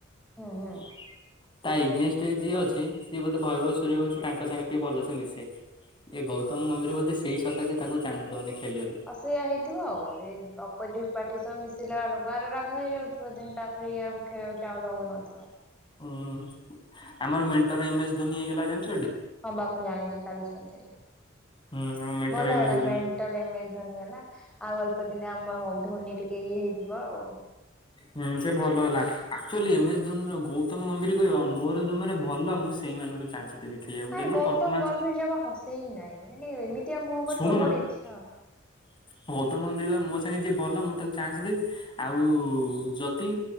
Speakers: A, in the centre; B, on the left.
A: ହୁଁ ହୁଁ
B: <inaudible> ତା ଏଗନେଷ୍ଟ ରେ ଯିଏ ଅଛି ସିଏ ବୋଧେ ଭୟବବ ସୂର୍ଯ୍ୟବଂଶୀ ତାଙ୍କ ସାଙ୍ଗେ ଟିକେ ଭଲସେ ମିଶେ। ଏ ଗୌତମ ଗମ୍ଭୀର ବୋଧେ ସେଇ ସକାଶେ ତାକୁ ଚାନ୍ସ ଦଉନି। ଖେଳିବାକୁ।
A: ଅ ସେଇୟଆ ହେଇଥିବ ଆଉ ଏ ଅପୋଜିଟ ପାର୍ଟି ସହ ମିଶିଲା ବେଳକୁ ତାର ରାଗ ହେଇଯାଉଥିବ ଦେନ ତାପରେ ଇଆକୁ ଖେଳ <unintelligible>
B: ହୁଁ ଆମର ମେଣ୍ଟର ଏମସ୍ ଧୋନି ହେଇଗଲା ଜଣିଚ
A: ହଁ ବା ମୁଁ ଜାଣିଛି କାଲି ଶୁଣିଥିଲି।
B: ହୁଁ ଆମ ମେଣ୍ଟର
A: ଭଲ
B: ଏମ
A: ହେଲା
B: ଏସ୍ Dhoni
A: mentor M S Dhoni ହେଲା। ଆଉ ଅଳ୍ପ ଦିନେ ଆମ ଧ୍ୱନି ଟିକେ ଇଏ ହେଇଯିବ ଆଉ।
B: ହୁଁ ସେ ଭଲ ହେଲା actually M S Dhoni Gautam ଗମ୍ଭୀର କହିବ ମୋର ଯୋଉମାନେ ଭଲ ମୁଁ ସେଇମାନ ଚାଁସେ ଦେବି। ଖେଳିବାକୁ
A: ଆର୍
B: ଯଦି
A: ଗୌତମ
B: ପରଫମାନ୍ସ
A: ଗମ୍ଭୀର ଜମା ହସେଇ ନାଇଁ ମାନେ ଏମିତିଆ ମୁହଁ କରୁଥିବ
B: ଶୁଣୁନ
A: ମୋର ଇଚ୍ଛା
B: <inaudible> ଗୌତମ ଗମ୍ଭିର ମୋ ସାଙ୍ଗେ ଯିଏ ଭଲ ମୁଁ ତାକୁ ଚାନ୍ସ ଦେବି ଆଉ ଯଦି